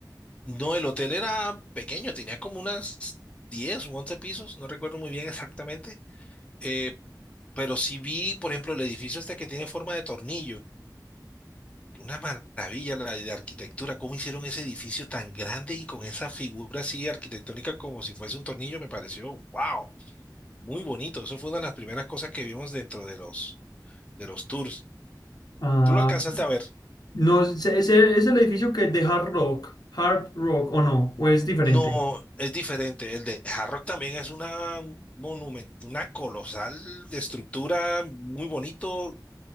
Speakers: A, on the left (about 15°); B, on the left (about 60°).
A: No, el hotel era pequeño, tenía como unas 10 u 11 pisos, no recuerdo muy bien exactamente, eh, pero sí vi, por ejemplo, el edificio este que tiene forma de tornillo, una maravilla la de arquitectura, cómo hicieron ese edificio tan grande y con esa figura así arquitectónica como si fuese un tornillo, me pareció, wow, muy bonito, eso fue una de las primeras cosas que vimos dentro de los, de los tours.
B: Ah,
A: ¿Tú lo alcanzaste a ver?
B: no, ¿es, es el es el edificio que es de Hard Rock, Hard Rock o no? ¿O es diferente?
A: No, es diferente. El de Hard Rock también es una monumento, una colosal estructura, muy bonito.